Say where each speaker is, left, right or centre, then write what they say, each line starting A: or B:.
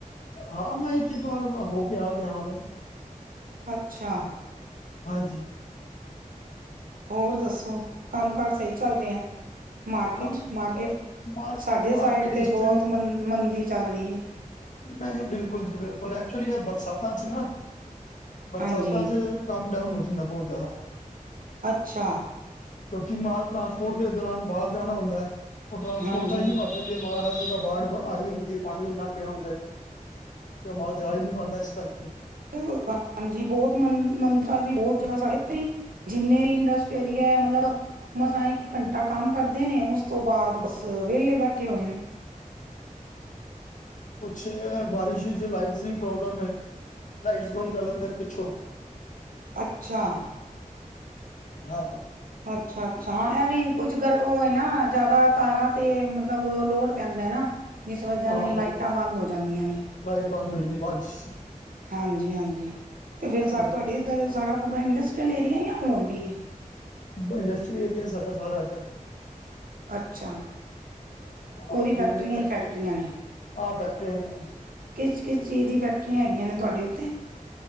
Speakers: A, on the left; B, on the right.
A: ਹਾਂ ਮੈਂ ਇੱਕ-ਇੱਕ ਵਾਰ ਹੋ ਕੇ ਆ ਗਿਆ ਵਾਂ ਨਾ।
B: ਅੱਛਾ।
A: ਹਾਂਜੀ।
B: ਹੋਰ ਦੱਸੋ, ਕੰਮ ਕਾਰ ਸਈ ਚੱਲ ਰਿਐਂ? ਮਾਰਕੀਟ-ਮਾਰਕੀਟ,
A: ਕੰਮ ਮਾਰ
B: ਸਾਡੇ
A: ਮਾਰਕੀਟ
B: ਸਾਈਡ ਤੇ
A: ਇਸ
B: ਬਹੁਤ
A: ਟਾਈਮ
B: ਮ ਮੰਦੀ ਚੱਲ ਰਹੀ ਏ।
A: ਨਹੀਂ ਬਿਲਕੁਲ ਜੀ ਬਿਲਕੁਲ ਐਕਚੁਲੀ ਐ ਬਰਸਾਤਾਂ ਚ ਨਾ, ਬਰਸਾਤਾਂ
B: ਹਾਂਜੀ
A: ਚ ਕੰਮ ਡਾਊਨ ਹੋ ਜਾਂਦਾ ਬਹੁੱਤ ਜ਼ਿਆਦਾ।
B: ਅੱਛਾ।
A: ਕਿਉਂਕਿ ਮਾਲ ਟਰਾਂਸਪੋਰਟ ਦੇ ਦੌਰਾਨ ਬਾਹਰ ਜਾਣਾ ਹੁੰਦੈ, ਉਹ ਟਰਾਂਸਪੋਰਟਾਂ
B: ਹਾਂਜੀ
A: ਹੀ ਭਰ ਜਾਂਦੀਆਂ ਹਰ ਜਗ੍ਹਾ ਬਾੜ ਬ ਆਈ ਹੁੰਦੀਏ ਪਾਣੀ ਇੰਨਾ ਹੁੰਦਾ, ਤੇ ਮਾਲ ਜਾ ਹੀ ਨਹੀ ਪਾਂਦਾ ਇਸ ਕਰਕੇ।
B: ਹਾਂਜੀ ਬਹੁਤ ਮੰਦ ਮੰਦਾ ਚੱਲ ਰਹੀ ਬਹੁੱਤ ਜ਼ਿਆਦਾ ਸਾੜੇ ਉਥੇਈ ਜਿੰਨੇ ਵੀ ਇੰਡਸਟੇਰੀਆ ਮੱਤਲਬ ਮਸਾਂ ਇੱਕ ਘੰਟਾ ਕੰਮ ਕਰਦੇ ਨੇ, ਉਸ ਤੋਂ ਬਾਅਦ ਬੱਸ ਵਿਹਲੇ ਬੈਠੇ ਹੋਏ ਨੇ।
A: ਕੁੱਛ ਬਾਰਿਸ਼ ਚ ਲਾਈਟਸ ਦੀ ਪ੍ਰੋਬਲਮ ਏਂ। ਲਾਈਟਸ ਬੰਦ ਕਰ ਦਿੰਦੇ ਨੇ ਪਿੱਛੋਂ।
B: ਅੱਛਾ
A: ਹਾਂ
B: ਅੱਛਾ ਅੱਛਾ ਹਾਂ ਐ ਵੀ ਕੁੱਝ ਗਰ ਉਹ ਹੈ ਨਾ ਜ਼ਿਆਦਾ ਤਾਰਾਂ ਤੇ ਮਤਲਬ ਲੋੜ ਪੈਂਦਾ ਹੈ ਨਾ ਜਿਸ ਵਜ੍ਹਾ
A: ਹਾਂ
B: ਨਾਲ
A: ਬਿਲਕੁਲ
B: ਲਾਈਟਾਂ ਬੰਦ ਹੋ ਜਾਂਦੀਆਂ ਨੇ
A: ਲਾਈਟ ਬੰਦ ਹੋ ਜਾਂਦੀ ਬਾਰਿਸ਼
B: ਹਾਂਜੀ ਹਾਂਜੀ ਤੇ ਫਿਰ
A: ਬਿਲਕੁਲ
B: ਤੁਹਾਡੇ ਇੱਧਰ ਸਾਰਾ ਪੂਰਾ ਇੰਡਸਟਰੀਅਲ ਏਰੀਆ ਜਾਂ ਹੋਰ ਵੀ
A: ਇੰਡਸਟਰੀਲ ਏਰੀਆ ਹੈਗਾ ਸਾਰਾ ਇੱਧਰ ਹੈ
B: ਅੱਛਾ
A: ਹਾਂ
B: ਪੂਰੀ ਫੈਕਟਰੀਆਂ
A: ਫੈਕਟਰੀ
B: ਹੀ ਫੈਕਟਰੀਆਂ ਨੇ
A: ਹਾਂ ਫੈਕਟਰੀ
B: ਕਿਸ ਕਿਸ ਚੀਜ਼ ਦੀ ਫੈਕਟਰੀਆਂ ਹੈਗੀਆਂ ਨੇ ਤੁਹਾਡੇ ਉੱਥੇ